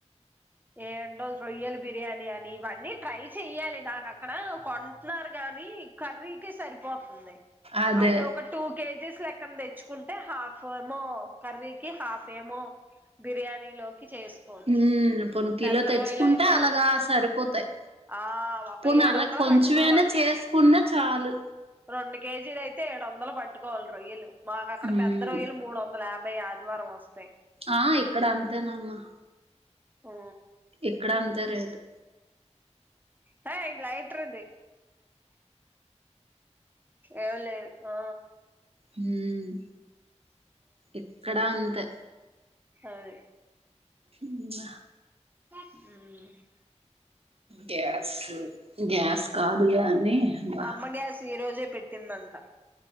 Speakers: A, on the right; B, on the right.
A: ఏంటో రొయ్యలు బిర్యాని అని ఇవన్నీ ట్రై చెయ్యాలి దా నాక్కడ కొంటున్నారు గాని కర్రీకి సరిపోతుంది
B: అదే
A: అప్పుడు ఒక టూ కేజీస్ లెక్క తెచ్చుకుంటే హాఫ్ ఏమో కర్రీకి హాఫ్ ఫెమో బిర్యానీ లో కి చేసుకోవచ్చు
B: ఉమ్ పోనీ కిలో
A: పెద్ద
B: తెచ్చుకుంటే
A: రోయలయితే
B: అలాగా సరిపోతాయి
A: ఆ ఒక
B: పోనీ
A: ఏడు
B: అలా
A: వందలు
B: కొంచెమైనా
A: పట్టుకోవాలి
B: చేసుకున్నా చాలు
A: రెండు కేజీలయితే ఏడు వందలు పట్టుకోవాలి రొయ్యలు మాకు అక్కడ
B: ఉమ్
A: పెద్ద రోయ్యలు మూడు వందల యాభ బై ఆదివారం వస్
B: ఆ ఇక్కడ అంతేనమ్మ
A: ఆ
B: ఇక్కడ అంత రేటు
A: హ ఇ లైట్ర్ ఉది ఎవ లేదు ఆ
B: ఉమ్ ఇక్కడ అంతే
A: అది
B: అమ్మ
A: ఉమ్
B: గ్యాస్ గ్యాస్ కాదు గాని అబ్బా
A: అమ్మగ్యాస్ ఈ రోజే పెట్టిందంట